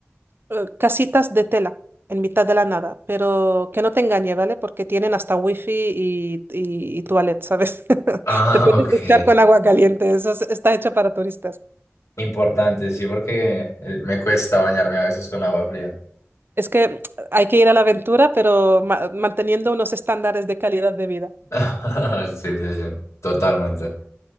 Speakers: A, on the right; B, on the left.
A: eh, casitas de tela en mitad de la nada, pero que no te engañe, ¿vale? Porque tienen hasta wifi y, y, y toilet, ¿sabes? <laughs>
B: Ah,
A: Te puedes
B: ok.
A: duchar con agua caliente, eso es- está hecho para turistas.
B: Importante, sí, porque eh, me cuesta bañarme a veces con agua fría.
A: Es que hay que ir a la aventura, pero ma- manteniendo unos estándares de calidad de vida.
B: <laughs> Sí, sí, sí, totalmente.